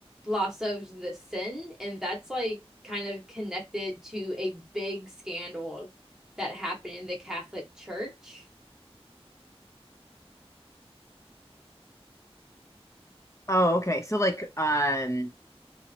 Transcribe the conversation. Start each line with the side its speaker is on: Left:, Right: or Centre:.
Centre: Loss of the Sin, and that's like kind of connected to a big scandal that happened in the Catholic Church.
Left: Oh, okay. So like um